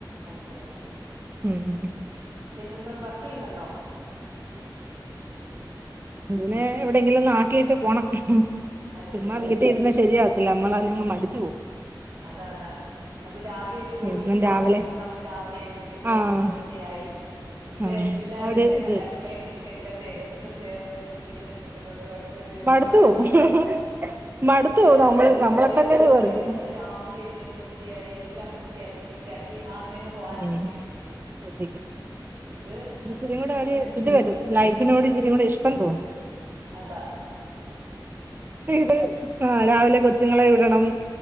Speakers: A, on the right; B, on the right.
A: ഓക്കേ ഓക്കേ
B: ഉം
A: പിന്നെന്തോണ്ട് വർക്കെയ്യുന്നുണ്ടോ
B: ഇവ നെ എവിടെയെങ്കിലോന്ന് ആക്കിയിട്ട് പോണം ചുമ്മാ
A: അത് ശരി
B: വീട്ടിഇരുന്ന ശരിയ അല്ല നമ്മളങ്ങ മടിച്ചു പോവും
A: അതാ അതാ നമ്മൾ രാവിലൊരു ജോലിയൊക്കെ
B: എന്നും
A: ഉണ്ടെന്നുണ്ടെങ്കി
B: രാവിലെ
A: നമ്മള് രാവിലെ എഴു ന്നേറ്റ് കുളിച്ച്
B: ആഹ്
A: യായി ഇതെല്ലാം
B: ആഹ് ആ ഒരു
A: ഇങ്ങനെ
B: ഇത്
A: കണ്ട
B: കിട്ടും
A: അടുക്കളെ നിൽക്കുന്ന എല്ലാദേഹം ദേ ഹം നമ്മൾ ഇത്തിരിക്കുന്ന ഡ്രസ്സിലോട്ട് തുടച്ച ഒരു
B: മടുത്തു
A: മാതിരി
B: പോവും
A: ഇരി
B: മടുത്തു
A: അതേസമയം
B: പോവും നമ്മള്
A: ഒരു ജോലി
B: നമ്മളെ തന്നെ
A: ഉണ്ടെന്നുണ്ടെങ്കി
B: ഒരു വെറുക്കും
A: നമ്മള് രാവിലെ എഴുന്നേറ്റ് വൃത്തിയായി എല്ലാം വൃത്തിയാക്കി നീറ്റാക്കി അയിനെങ്ങ് പോവാൻ ശ്രദ്ധിക്കും
B: ഉം ശ്രദ്ധിക്കും
A: ഇത്
B: ഇച്ചിരിയും കൂടെ
A: ഇങ്ങനെ
B: ഒരു
A: നിക്കും
B: ഇത് വരും ലൈഫിനോട് ഇച്ചിരികൂടി ഇഷ്ടം തോന്നും
A: അതാ
B: ഇത് ആ രാവിലെ കൊച്ചുങ്ങളെ വിടണം